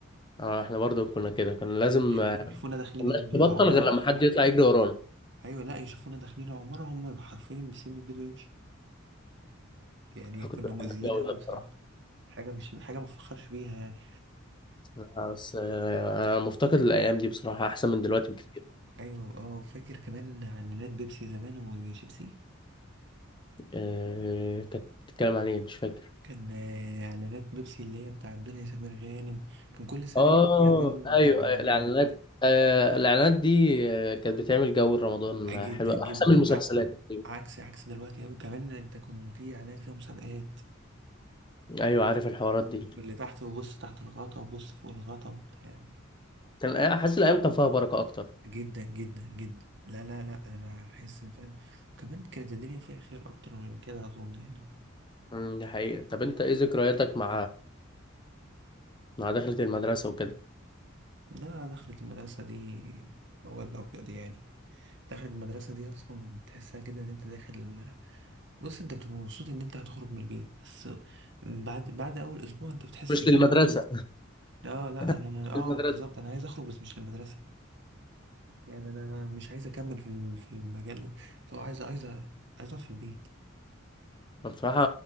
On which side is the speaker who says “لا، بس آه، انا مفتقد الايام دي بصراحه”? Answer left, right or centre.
Left